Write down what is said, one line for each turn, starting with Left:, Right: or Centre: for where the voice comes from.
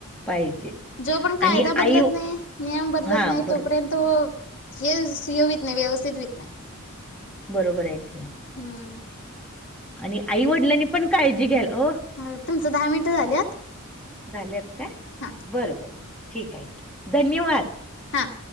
Centre: पाहिजे
Left: जो पण
Centre: आणि
Left: कायदा
Centre: आई
Left: बदलत नाही, नियम बदलत
Centre: हा
Left: नाही
Centre: बरोब
Left: तोपर्यंत. तो हे य हुईत नाही व्यवस्थित हुईत नाही.
Centre: बरोबर आहे की.
Left: हा..
Centre: आणि आई- वडिलांनी पण काळजी घ्यायला... वो.
Left: तुमचं दहा मिनिटं झाल्यात.
Centre: झाल्यात काय.
Left: हा
Centre: बरं, बरं ठीक आहे, धन्यवाद.
Left: हां